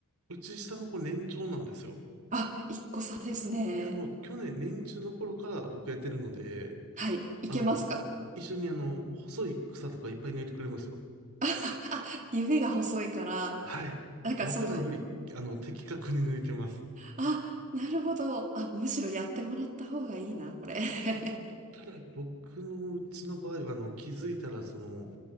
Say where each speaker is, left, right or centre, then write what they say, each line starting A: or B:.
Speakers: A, on the right; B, on the right.
A: うち下の子年長なんですよ。
B: あ、一個差ですね。
A: で、あの、去年年中の頃から僕やってるので、
B: はい。いけますか
A: あの、一緒にあの、細い草とかいっぱい抜いてくれますよ。
B: あ、指が細いから、
A: はい。
B: なんかその、
A: 僕らより、あの、的確に抜いてます。
B: あ、なるほど。あ、むしろやってもらった方がいいな、これ。<laughs>
A: ただ、僕のうちの場合は、あの、気づいたら、その、